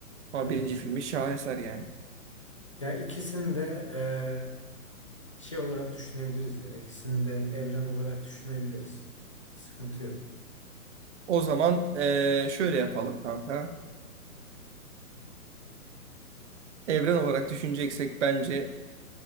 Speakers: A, on the right; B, on the left.
A: Ama
B: Evet.
A: birinci filmi şaheser yani.
B: Ya ikisini de e, Şey olarak düşünebiliriz ya. İkisini de evren olarak düşünebiliriz. Sıkıntı yok.
A: O zaman eee, şöyle yapalım kanka. Evren olarak düşüneceksek bence